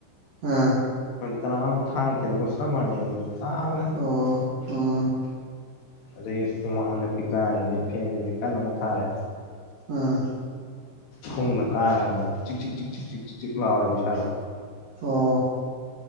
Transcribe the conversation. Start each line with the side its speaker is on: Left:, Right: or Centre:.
Right: ꯑ
Left: ꯀꯅꯥꯝ ꯊꯥꯡ ꯊꯤꯔꯛꯄ ꯆꯞ ꯃꯥꯟꯅꯩ ꯅꯕꯅꯥ
Right: ꯑꯣ ꯑꯣ
Left: ꯑꯗꯩ ꯍꯨꯃꯥꯡꯗ ꯄꯤꯛ ꯀꯥꯔꯦ ꯑꯗꯩ ꯐꯦꯟ ꯀꯟꯅ ꯑꯃꯨꯛ ꯊꯥꯔꯦ
Right: ꯑꯝ
Left: ꯈꯣꯡꯅ ꯀꯥꯀꯥꯟꯗ ꯆꯤꯛ ꯆꯤꯛ ꯆꯤꯛ ꯆꯤꯛ ꯆꯤꯛ ꯆꯤꯛ ꯆꯤꯛ ꯂꯥꯎꯔꯦ ꯏꯁꯥꯗꯣ
Right: ꯑꯣ